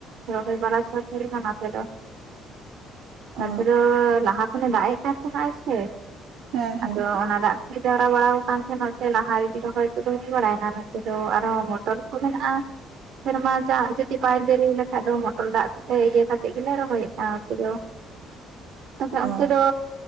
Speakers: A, on the right; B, on the right.
A: ᱨᱚᱦᱚᱭ ᱵᱟᱲᱟ ᱥᱟᱹᱛ ᱦᱩᱭ ᱱᱟ ᱱᱚᱛᱮ ᱫᱚ। <inaudible> ᱱᱚᱛᱮ
B: ᱚ
A: ᱫᱚ ᱞᱟᱦᱟ ᱠᱷᱚᱱᱮ ᱫᱟᱜ ᱮ ᱠᱟᱱ ᱛᱟᱦᱮᱱᱟᱭ ᱥᱮ
B: ᱦᱮᱸ ᱦᱮᱸ
A: ᱟᱫᱚ ᱚᱱᱟ ᱫᱟᱜ ᱡᱟᱣᱨᱟ ᱵᱟᱲᱟ ᱟᱠᱟᱱ ᱛᱟᱦᱮᱸᱱᱟ ᱱᱚᱛᱮ ᱞᱟᱦᱟ ᱨᱮᱜᱤ ᱨᱚᱦᱚᱭ ᱠᱚ ᱦᱩᱭ ᱵᱟᱲᱟᱭᱮᱱᱟ ᱱᱚᱛᱮ ᱫᱚ ᱟᱨᱦᱚᱸ ᱢᱚᱴᱚᱨ ᱠᱚ ᱢᱮᱱᱟᱜ-ᱟ। ᱥᱮᱨᱢᱟ ᱫᱟᱜ ᱡᱩᱫᱤ ᱵᱟᱭ ᱡᱟᱹᱲᱤ ᱣᱟᱞᱮᱠᱷᱟᱡ ᱫᱚ ᱢᱚᱴᱚᱨ ᱫᱟᱜ ᱠᱚᱛᱮ ᱤᱭᱟᱹ ᱠᱟᱛᱮᱫ ᱜᱮᱞᱮ ᱨᱚᱦᱚᱭᱮᱫ ᱠᱟᱱᱟ ᱱᱚᱛᱮ ᱫᱚ। <inaudible> ᱛᱚ ᱟᱯᱮ ᱚᱱᱛᱮ
B: ᱚ
A: ᱫᱚ